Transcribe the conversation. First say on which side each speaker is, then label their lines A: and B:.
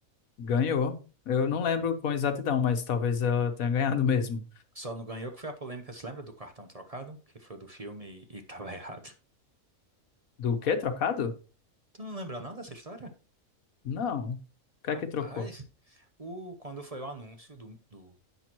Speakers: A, on the left; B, on the right.
A: Ganhou. Eu não lembro com exatidão, mas talvez eu tenha <laughs> ganhado mesmo.
B: Só não ganhou que foi a polêmica, você lembra do cartão trocado? Que foi do filme e e tava <laughs> errado.
A: Do quê? Trocado?
B: Tu não lembra nada dessa história?
A: Não. O que
B: Rapaz,
A: é que trocou?
B: o, quando foi o anúncio do, do,